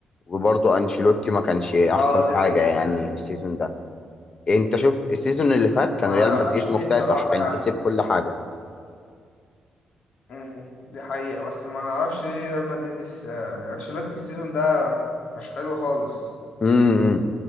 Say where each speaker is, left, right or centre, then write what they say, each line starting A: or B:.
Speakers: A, on the left (about 35°); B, on the left (about 65°).
A: وبرضه أنشيلوتي ما كانش أحسن
B: اه دي
A: حاجة
B: حقيقة
A: يعني
B: فعلا
A: السيزون ده إيه، أنت شفت السيزون اللي فات كان
B: ما
A: ريال
B: نعرفش
A: مدريد
B: ليه
A: مكتسح
B: الصراحة
A: كان
B: يعني
A: كسب كل حاجة
B: مم. دي حقيقة بس ما نعرفش ليه ريال مدريد الس- آه، أنشيلوتي السيزون ده مش حلو خالص
A: امم امم.